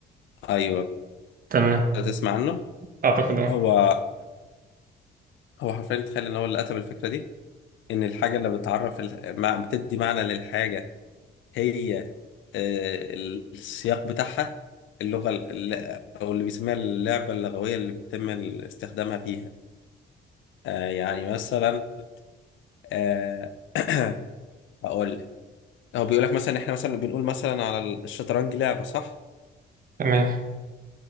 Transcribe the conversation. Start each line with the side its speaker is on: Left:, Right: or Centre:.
Left: أيوه
Right: تمام
Left: تسمع عنه
Right: أعتقد أه
Left: هو هو حرفيا تخيل إن هو اللي كتب الفكرة دي ان الحاجه اللي بتعرف ال... مع... بتدي معنى للحاجه هي آه، السياق بتاعها اللغه ال- او اللي بيسميها اللعبه اللغويه اللي بيتم ال- استخدامها فيها آه، يعني مثلا آه، <clears throat> هقول لك هو بيقول لك مثلا احنا مثلا بنقول مثلا على الشطرنج لعبه صح
Right: تمام